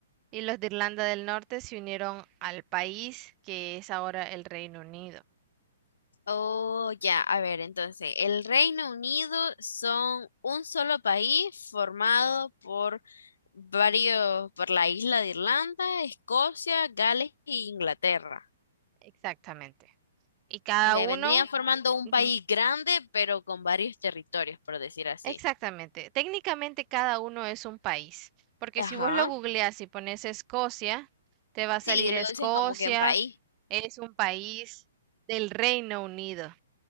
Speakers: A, on the right; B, on the left.
A: Y los de Irlanda del Norte se unieron al país que es ahora el Reino Unido.
B: Oh, ya, a ver, entonces, el Reino Unido son un solo país formado por varios, por la isla de Irlanda, Escocia, Gales e Inglaterra.
A: Exactamente. Y cada
B: O sea,
A: uno...
B: vendrían formando un
A: ujú.
B: país grande, pero con varios territorios, por decir así.
A: Exactamente. Técnicamente cada uno es un país, porque
B: Ajá.
A: si vos lo googleás y pones Escocia, te va a salir
B: Sí, lo
A: Escocia,
B: dicen como que un país.
A: es un país del Reino Unido.